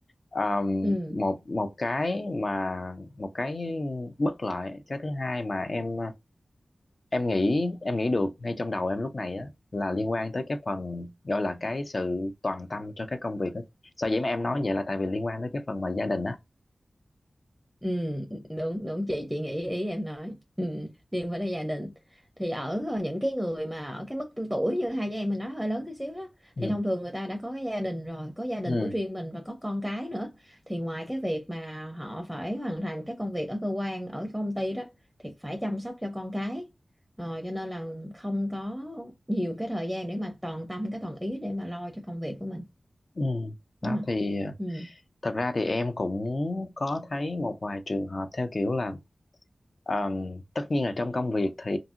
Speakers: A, on the left (about 55°); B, in the centre.
A: Ờm,
B: Ừ.
A: một một cái mà một cái bất lợi cái thứ hai mà em em nghĩ em nghĩ được ngay trong đầu em lúc này á là liên quan tới cái phần gọi là cái sự toàn tâm cho cái công việc á sở dĩ mà em nói vậy là tại vì liên quan tới cái phần mà gia đình á
B: Ừ, đúng đúng chị chị nghĩ ý em nói ừ, liên quan tới gia đình thì ở ờ, những cái người mà ở cái mức tuổi như hai chị em mình nói hơi lớn tí xíu đó
A: ừ.
B: thì thông thường người ta đã có cái gia đình rồi có gia đình
A: Ừ.
B: của riêng mình và có con cái nữa thì ngoài cái việc mà họ phải hoàn thành cái công việc ở cơ quan ở công ty đó thì phải chăm sóc cho con cái ờ, cho nên là không có nhiều cái thời gian để mà toàn tâm cái toàn ý để mà lo cho công việc của mình
A: Ừ.
B: đúng
A: Đó
B: không
A: thì ờ,
B: ừ.
A: thật ra thì em cũng có thấy một vài trường hợp theo kiểu là Ờm, tất nhiên là trong công việc thì